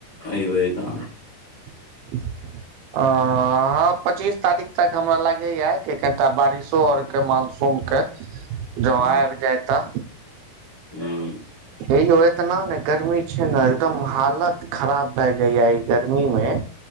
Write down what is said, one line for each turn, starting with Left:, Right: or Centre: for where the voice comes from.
Left: एबै गाम
Right: <inaudible> अ हँ पच्चीस तारीख तक हमरा लागैए कि कनिटा बारिशो आओर के मानसून कर जँ
Left: हूँ
Right: आबि जाय तऽ
Left: हूँ
Right: हे यौ एतना ने गर्मी छै ने एकदम हालत खराब भए जाइये ई गर्मी मे